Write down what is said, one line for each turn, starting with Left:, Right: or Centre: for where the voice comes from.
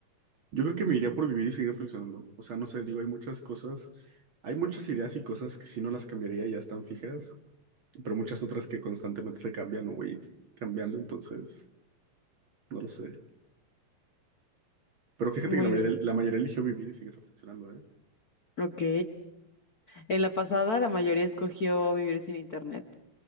Right: yo creo que me iría por vivir y seguir reflexionando. O sea, no sé, digo, hay muchas cosas, hay muchas ideas y cosas que si no las cambiaría ya están fijas, pero muchas otras que constantemente se cambian o voy cambiando, entonces, no lo sé. Pero fíjate
Left: Muy
Right: que la mayoría,
Left: bien.
Right: la mayoría eligió vivir y seguir reflexionando, ¿eh?
Left: Ok. En la pasada, la mayoría escogió vivir sin internet.